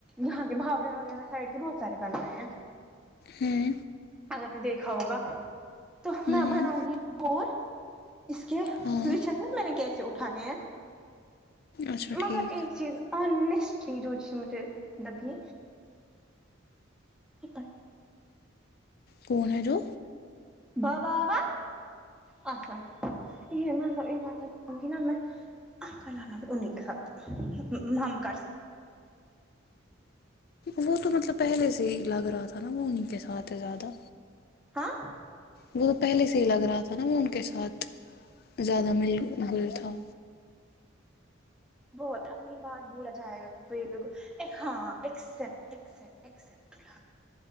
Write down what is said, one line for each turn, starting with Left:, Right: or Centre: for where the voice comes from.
Centre: یہاں کے بھاوڑے وغیرہ سائڈ کے بہت سارے بنائے ہیں
Left: ھمم
Centre: اگر آپ نے دیکھا ہوگا تو میں
Left: ہوں
Centre: بناؤں گی مور اس کے اس
Left: ہاں
Centre: لی چیک نا میں نے کیسے اٹھائے ہیں
Left: اچھا ٹھیک
Centre: مگر ایک چیز آنیسٹلی جو چیزیں مجھے لگی <unintelligible>
Left: کون ہے جو
Centre: با با با اسد <unintelligible> آپ کال انا بھی انہی کے ساتھ ہم کر سک
Left: وہ تو مطلب پہلے سے ہی لگ رہا تھا نا وہ انہیں کے ساتھ ہے زیادہ
Centre: ہاں
Left: وہ تو پہلے سے ہی لگ رہا تھا نا وہ ان کے ساتھ زیادہ مل جل تھا
Centre: بہت اگلی بار بولا جائے گا کہ یہ بات کو ہاں ایکسپٹ ایکسپٹ ایکسپٹ